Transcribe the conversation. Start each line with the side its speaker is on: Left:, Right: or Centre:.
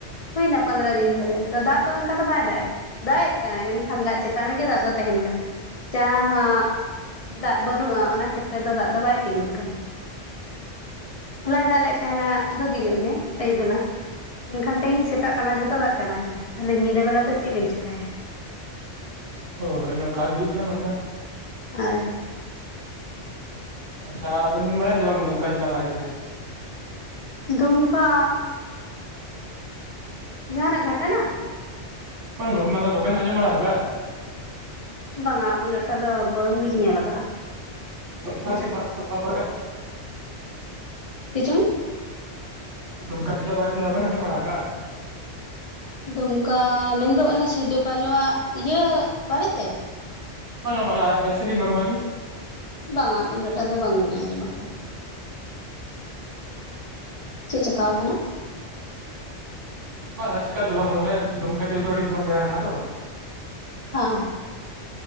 Left: ᱦᱩᱭᱱᱟ ᱯᱚᱱᱫᱽᱨᱟ ᱫᱤᱱ ᱫᱷᱚᱨᱮ᱾ ᱛᱚ ᱫᱟᱜ ᱫᱚ ᱚᱱᱠᱟ ᱫᱚ ᱵᱟᱭ ᱫᱟᱜ ᱮᱫᱟ, ᱫᱟᱜ ᱮᱫ ᱠᱟᱱᱟᱭ, ᱢᱮᱱᱠᱷᱟᱱ ᱫᱟᱜ ᱪᱮᱛᱟᱱ ᱨᱮᱜᱮ ᱫᱟᱜ ᱫᱚ ᱛᱟᱦᱮᱸᱱ ᱠᱟᱱᱟ᱾ ᱡᱟᱦᱟᱸ ᱦᱟᱸᱜ, ᱫᱟᱜ ᱵᱟᱹᱱᱩᱜ-ᱟ ᱚᱱᱟ ᱠᱷᱮᱛ ᱨᱮᱫᱚ ᱫᱟᱜ ᱫᱚ ᱵᱟᱭ ᱜᱩᱱ ᱠᱟᱱᱟ, ᱦᱚᱞᱟᱭ ᱫᱟᱜ ᱞᱮᱫ ᱛᱟᱦᱮᱸᱱᱟ ᱵᱷᱟᱹᱜᱤ ᱧᱚᱜ ᱜᱮ᱾ ᱟᱹᱭᱩᱵᱽ ᱵᱮᱞᱟ, ᱢᱮᱱᱠᱷᱟᱱ ᱛᱮᱦᱮᱸᱧ ᱥᱮᱛᱟᱜ ᱛᱮᱢᱟ ᱡᱷᱚᱛᱚ ᱫᱟᱜ ᱪᱟᱵᱟᱭᱱᱟ ᱛᱟᱦᱚᱸᱞᱮ ᱧᱤᱫᱟᱹ ᱵᱮᱞᱟ ᱫᱚ ᱪᱮᱫ ᱵᱮᱱ ᱪᱮᱠᱟᱭᱟ?
Right: ᱦᱳᱭ ᱦᱳᱭ ᱱᱚᱝᱠᱟ ᱜᱮ ᱦᱩᱭᱩᱜ ᱠᱟᱱᱟ ᱱᱚᱛᱮ ᱦᱚᱸ᱾
Left: ᱟᱭ
Right: ᱟᱪᱪᱷᱟ ᱟᱵᱤᱱ ᱵᱤᱱ ᱵᱟᱲᱟᱭᱟ ᱥᱮ ᱵᱟᱝ ᱫᱩᱢᱠᱟ ᱡᱮᱞᱟ ᱵᱟᱨᱮᱛᱮ?
Left: ᱫᱩᱢᱠᱟᱻ
Right: <inaudible>
Left: ᱡᱟᱦᱟᱸ ᱱᱟᱜ ᱜᱷᱚᱴᱱᱟ?
Right: ᱵᱟᱝ ᱜᱷᱚᱴᱱᱟ ᱫᱚ, ᱵᱟᱵᱮᱱ ᱟᱸᱡᱚᱢ ᱵᱟᱲᱟᱣ ᱟᱠᱟᱜ-ᱟ?
Left: ᱵᱟᱝᱟ, ᱩᱱᱟᱹᱜ ᱴᱟ ᱫᱚ ᱵᱟᱹᱣ ᱞᱤᱧ ᱧᱮᱞ ᱟᱠᱟᱜ-ᱟ᱾
Right: <unintelligible>
Left: ᱪᱮᱫ ᱪᱚᱝ?
Right: ᱫᱩᱢᱠᱟ ᱡᱮᱞᱟ ᱵᱟᱨᱮᱛᱮ ᱵᱟᱵᱮᱱ ᱟᱸᱡᱚᱢ ᱵᱟᱲᱟᱣ ᱟᱠᱟᱜ-ᱟ?
Left: ᱫᱩᱢᱠᱟᱻ ᱢᱮᱱᱫᱚ ᱚᱱᱟ ᱥᱤᱫᱩ ᱠᱟᱱᱩᱣᱟᱜ ᱤᱭᱟᱹᱜ ᱵᱟᱨᱮᱛᱮ?
Right: ᱵᱟᱝ-ᱟ ᱵᱟᱝ-ᱟ ᱮᱥᱮ ᱜᱤ ᱱᱚᱨᱢᱮᱞᱤ᱾
Left: ᱵᱟᱝ-ᱟ, ᱩᱱᱟᱹᱜ ᱴᱟ ᱫᱚ ᱵᱟᱝᱞᱤᱧ ᱟᱸᱡᱚᱢ ᱟᱠᱟᱜ-ᱟ᱾
Right: <inaudible>
Left: ᱪᱮᱫ ᱪᱮᱠᱟᱣ ᱠᱟᱱᱟ?
Right: ᱵᱟᱝ-ᱟ ᱪᱤᱠᱟ ᱫᱚ ᱵᱟᱝ ᱵᱚᱞᱮ, ᱫᱩᱢᱠᱟ ᱡᱤᱞ ᱫᱚ ᱟᱹᱰᱤ ᱯᱷᱮᱢᱟᱥ ᱡᱟᱭᱜᱟ ᱠᱟᱱᱟ ᱛᱚ᱾
Left: ᱦᱟᱸ᱾